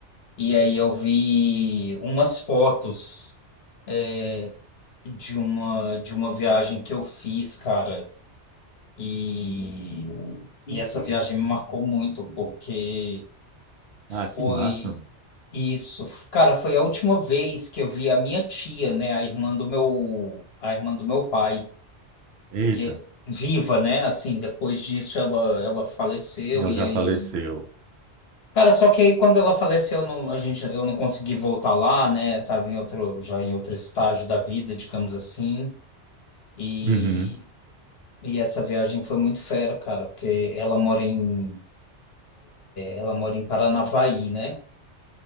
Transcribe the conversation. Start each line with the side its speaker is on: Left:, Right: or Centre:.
Left: e aí eu vi umas fotos é, de uma de uma viagem que eu fiz, cara. E, e essa viagem me marcou muito porque foi
Right: Ah, que massa.
Left: isso, cara, foi a última vez que eu vi a minha tia, né, a irmã do meu a irmã do meu pai.
Right: Eita,
Left: e é- viva, né? Assim, depois disso ela, ela faleceu
Right: ela
Left: e
Right: já
Left: aí.
Right: faleceu.
Left: Cara, só que aí quando ela faleceu, eu não, a gente, eu não consegui voltar lá, né? Tava em outro, já em outro estágio da vida, digamos assim. E,
Right: Uhum.
Left: e essa viagem foi muito fera, cara, porque ela mora em, ela mora em Paranavaí, né?